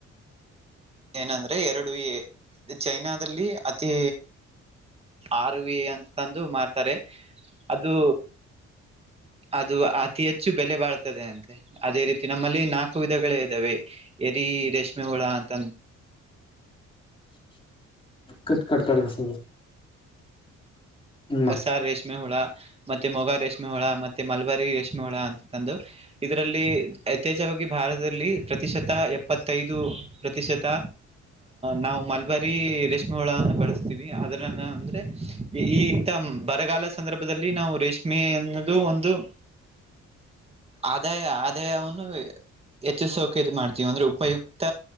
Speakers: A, on the right; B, on the left.
A: ಏನಂದ್ರೆ ಎರಡು ಎ ಚೈನಾದಲ್ಲಿ ಅತಿ ಆರ್ ವಿ ಅಂತಂದು ಮಾರ್ತಾರೆ ಅದು ಅದು ಅತಿ ಹೆಚ್ಚು ಬೆಲೆ ಬಾಳ್ತದೆ ಅಂತೆ. ಅದೇ ರೀತಿ ನಮ್ಮಲ್ಲಿ ನಾಲ್ಕು ವಿಧಗಳೇ ಇದಾವೆ ಎರಿ ರೇಷ್ಮೆ ಹುಳ ಅಂತ ಅಂದ್
B: ಕಟ್ ಕಟ್ಕಟ್ಗಸ ಮತ್ತೆ
A: ಕಸಾರ್ ರೇಷ್ಮೆ ಹುಳ ಮತ್ತೆ ಮೊಗ ರೇಷ್ಮೆ ಹುಳ ಮತ್ತೆ ಮಲಬರಿ ರೇಷ್ಮೆ ಹೋಳ ಅಂತ ತಂದು ಇದರಲ್ಲಿ ಯಥೇಚ್ಚವಾಗಿ ಭಾರತದಲ್ಲಿ ಪ್ರತಿಶತ ಎಪ್ಪತ್ತೈದು ಪ್ರತಿಶತ ನಾವು. ಈ ಬಾರಿ ರೇಷ್ಮೆ ಹಳನ್ನ ಬಳಸ್ತೀವಿ ಅದ್ರನ್ನ ಅಂದ್ರೆ ಈ. ಬರಗಾಲ ಸಂದರ್ಭದಲ್ಲಿ ನಾವು ರೇಷ್ಮೆಯ ಅನ್ನು. ಇದು ಒಂದು ಆದಾಯ ಆದಾಯವನ್ನು. ಹೆಚ್ಚು ಸೌಕರ್ಯ ಮಾಡ್ತೀವಿ ಅಂದ್ರೆ ಉಪಯುಕ್ತ.